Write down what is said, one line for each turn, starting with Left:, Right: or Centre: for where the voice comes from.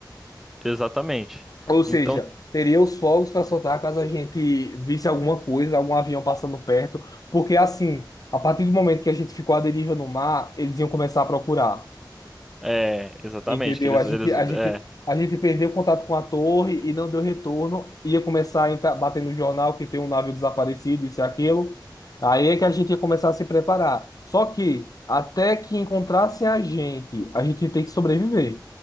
Centre: exatamente.
Left: ou seja,
Centre: Então,
Left: teria os fogos para soltar caso a gente visse alguma coisa, algum avião passando perto, porque assim, a partir do momento que a gente ficou à deriva no mar, eles iam começar a procurar.
Centre: é, exatamente,
Left: Entendeu?
Centre: que eles,
Left: A gente,
Centre: eles,
Left: a gente,
Centre: é.
Left: a gente perdeu contato com a torre e não deu retorno. Ia começar a entrar, bater no jornal que tem um navio desaparecido, isso e aquilo. Aí é que a gente ia começar a se preparar. Só que, até que encontrassem a gente, a gente tem que sobreviver.